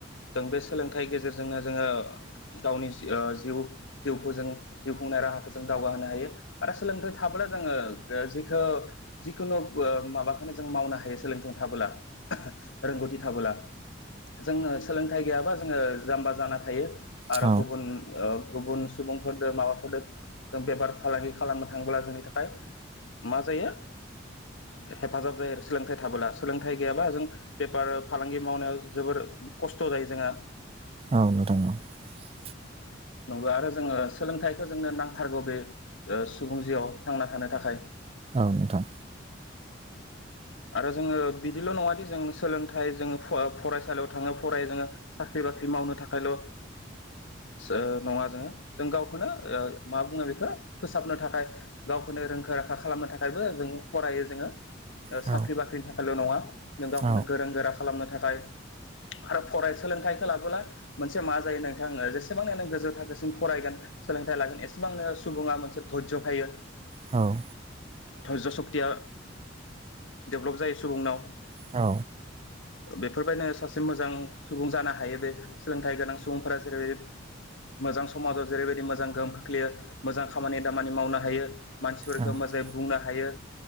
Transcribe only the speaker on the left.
जों बे सोलोंथाइ गेजेरजोंनो जोङो गावनि जि ओ जिउ जिउखौ जों जिउ खुंनाय रा हा खौ जों दावगा‌ हायो आरो सोलोंथाइ थाब्ला जोङो ओ जिखौ जिखुनु माबाखौनो जों मावनो हायो सोलोंथों थाबोला रोंगौथि थाबोला जों सोलोंथाइ गैयाबा जोङो जाम्बा जाना थायो आरो
गुबुन ओ गुबुन सुबुंफोरजों माबाफोरजों जों बेफार फालांगि खालामनो थांबोलाब्ला जोंनि थाखाय मा जायो हेफाजाब जायो आरो सोलोंथाइ थाबोला सोलोंथाइ गैयाबा जों बेपार फालांगि मावनायाव जोबोद खस्थ' जायो जोंहा
नंगौ आरो जोङो सोलोंथाइखौ जोंनो नांथारगौ बे ओ सुबुं जिउआव थांना थानो थाखाय
आरो जोङो बिदिल नङा दि जों सोलोंथाइ जोङो फरा ओ फरायसालियाव थाङो फरायायो जोङो सा साख्रि बाख्रि मावनो थाखायल' <unintelligible> नङा जोङो जों गावखौनो ओ मा बुङो बेखौ फोसाबनो थाखाय गावखौनो रोंखा राखा खालामनो थाखायबो जों फरायो जोङो
साख्रि बाख्रिनि थाखायल नङा। जों गावखौनो
गोरों गोरा खालामनो थाखाय आरो फराय सोलोंथाइखौ लाबोला मोनसे मा जायो नोंथांनो जेसेबां नों गोजौ थाखोसिम फरायगोन सोलोंथाइ लागोन एसेबांनो सुबुङा मोनसे धज' फायो
धज्ज' सक्तिया डेभ्लप जायो सुबुंनाव
बेफोरबायदिनो सासे मोजां सुबुं जानो हायो बे सोलोंथाइ गोनां सुबुंफोरा जेरै मोजां समाजाव जेरैबायदि मोजां गोहोम खोख्लैयो मोजां खामानि दामानि मावनो हायो। फोरखो
मोजाङै बुंनो हायो